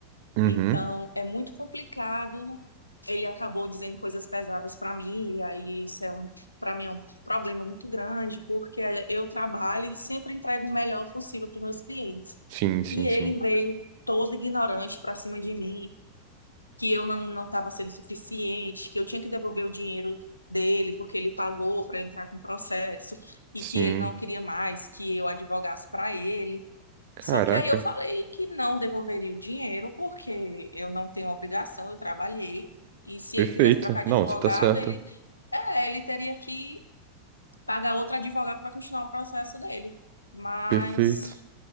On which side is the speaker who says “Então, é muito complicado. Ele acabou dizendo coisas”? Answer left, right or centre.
Left